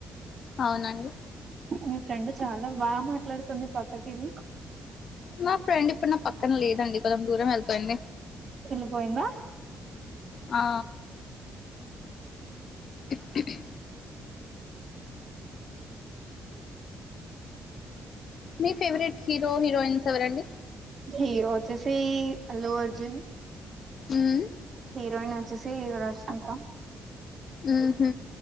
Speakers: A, on the left; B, on the right.
A: అవునండి
B: మీ ఫ్రెండ్ చాలా బాగా మాట్లాడుతుంది పక్కకెళ్ళి
A: నా ఫ్రెండ్ ఇప్పుడు నా పక్కన లేదండి కొెంజం దూరం వెళ్ పోయింది
B: వెళ్ళిపోయిందా
A: హా ఇట్లీ మీ ఫేవరెట్ హీరో హీరోయిన్స్ ఎవరండి
B: హీరో వచేసి అల్లు అర్జున్
A: ఉమ్
B: హీరోయిన్ వచ్చేసి రష్మిక
A: మ్ హు